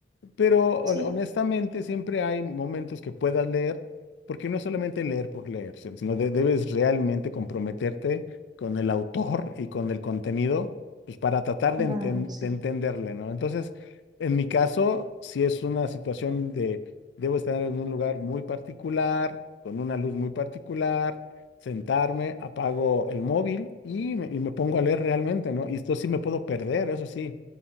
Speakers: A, on the left; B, on the right.
A: Pero hon-
B: Sí,
A: honestamente siempre hay momentos que puedas leer, porque no es solamente leer por leer, si- sino de- debes realmente comprometerte con el autor y con el contenido, pues para tratar
B: claro,
A: de, enten-
B: exacto.
A: de entenderle, ¿no? Entonces, en mi caso, si es una situación de debo estar en un lugar muy particular, con una luz muy particular, sentarme, apago el móvil y me, y me pongo a leer realmente, ¿no? Y esto sí me puedo perder, eso sí,